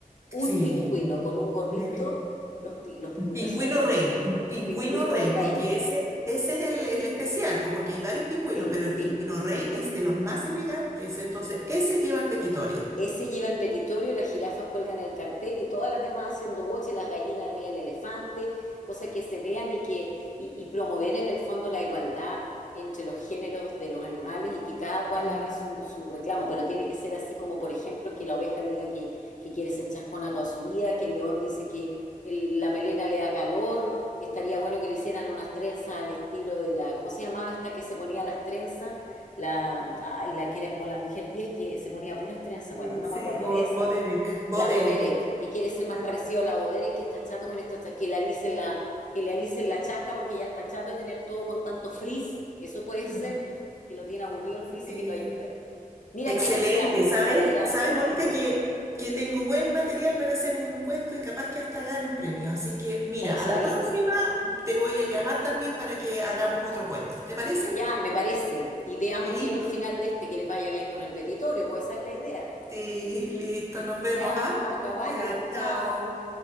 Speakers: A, on the left; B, on the right.
A: Un
B: Sí.
A: pingüino con un gorrito,
B: Debe.
A: los, pi- los pingüinos
B: Pingüino
A: son hermosos.
B: rey, un pingüino
A: Un pingüino
B: rey,
A: rey.
B: porque ese, ese es el, el especial, po, porque hay varios pingüinos,
A: Sí,
B: pero
A: sí.
B: el pingüino rey es de los más elegantes, entonces ese lleva el petitorio.
A: Ese lleva el petitorio, las jirafas cuelgan el cartel y todas las demás haciendo boche, las gallinas arriba del elefante, cosas que se vean y que y, y promover en el fondo la igualdad entre los géneros de los animales y que cada cual
B: Sí,
A: haga su, su reclamo, pero tiene que ser así como, por ejemplo, que la oveja diga que, que quiere ser chascona toda su vida, que el león dice que el- la melena le da calor, que estaría bueno que le hicieran unas trenzas al estilo de la, ¿cómo se llamaba esta que se ponía las trenzas? la, ay, la que era como la mujer 10 que se ponía puras trenzas,
B: sí,
A: bueno, no
B: sí,
A: me acuerdo,
B: Bo,
A: esa,
B: Bo Derek, Bo
A: la
B: Derek.
A: Boderek, que quiere ser más
B: Ah,
A: parecido a la Boderek, que está chato con esta, cha- que le alicen la, que le alicen la chasca porque ya está chato de tener todo con tanto frizz, eso puede
B: mm,
A: ser, que lo tiene aburrido el frizz
B: Sí.
A: y que lo ayude. Mira,
B: Excelente.
A: que haría,
B: ¿Sabes?
A: que haría
B: ¿Sabes,
A: bien
B: Mónica,
A: bueno,
B: que, que tengo buen material para hacer un cuento y capaz que hasta gane un premio? Así que mira,
A: ¿cómo
B: a
A: sabí?
B: la próxima te voy a llamar también para que hagamos otro cuento. ¿Te parece?
A: Ya, me parece, y veamos
B: Listo.
A: bien el final de este, que les vaya bien con el petitorio, pues esa es la idea.
B: Sí, listo. Nos vemos,
A: Ya,
B: ¿ah?
A: Oca, vale,
B: Ya, chao.
A: chao.